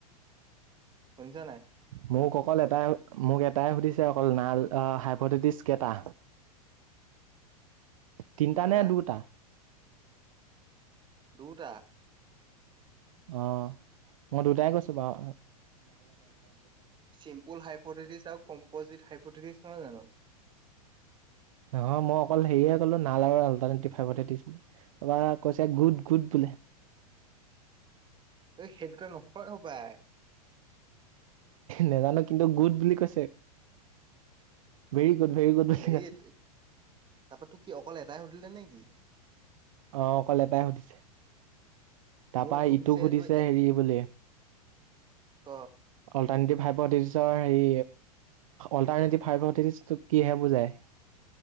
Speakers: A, on the right (about 25°); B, on the right (about 60°).
A: শুনিছা নাই
B: মোক অকল এটাই, মোক এটাই সুধিছে অকল নাল। হাইপততিছ কেতা? তিনটা
A: তাৰপা
B: নে দুটা?
A: দুটা।
B: অ, মই দুটাই কৈছো বাউ।
A: চিম্পুল হাইপথেটিছ আৰু কম্পজিট হাইপথেটিচ নহয় জানো।
B: নহয় মই অকল হেয়েহে ক'লো নাল আৰু আল্টাৰনেটিভ হাইপথেচিছ। তাপা কৈছে, গুদ গুদ বোলে।
A: সেই দুটা নহয় হ'বাই।
B: নাজানো কিন্তু গুড বুলি কৈছে, ভেৰি। গুড ভেৰি গুড বুলি
A: হেৰি,
B: কৈছে
A: তাপা তোক কি অকল এটাই সুধিলে নেকি?
B: অ, অকল এটাই সুধিছে। তাপা
A: মোক
B: ইটোক
A: এইটো
B: সুধিছে
A: এ-
B: হেৰি বুলি,
A: ক
B: অ। ভন্টি ভাইভদিছৰ হেৰি, অল্টাৰনেটিভ ফাইভথেচিছ কিহে বুজাই?